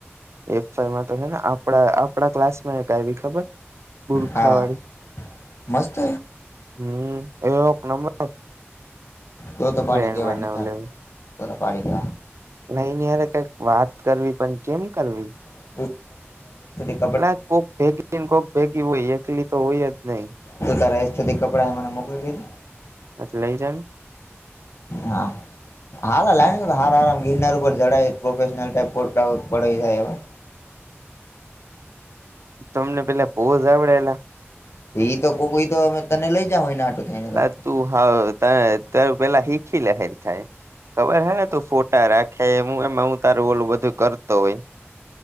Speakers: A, on the right; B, on the left.
A: એફમાં તો છે ને આપ આપણા ક્લાસમાં એક ખબર બુરખાવાળી
B: હા મસ્ત.
A: હમ, એ એક નંબર
B: તો તો
A: ફડ
B: પાડી દેવાની
A: બનાવે
B: થાય
A: લે.
B: તો પાડીક?
A: નઈ નની યરે કઈક વાત કરવી પણ કેમ કરવી?
B: એ ત ક ત એ <unintelligible>
A: ના, કોક ભેગી ને કોક ભેગી હોય. એકલી તો હોય જ નહીં.
B: તું તારા એ સ્થિતિ કપડાં એ મને મોકલી દેજે.
A: હ, લઈ જમ.
B: હા. હારા લે ને, હાર આમ ગિરનાર ઉપર જડાય, પ્રોફેશનલ ટાઈપ પડ જાય હવે.
A: તમને પેલા પોહ જઝ આવડેલા?
B: એ તો કો, કોઈ તોમે તને લઈ જાવ હોયને? આટો થઈને તો
A: અ તું હ, ત, ત પેલા શીખી લહેર થાય. ખબર હે ને, તું ફોટા રાખે એમું એમ હું તારું ઓલું બધું કરતો હોય.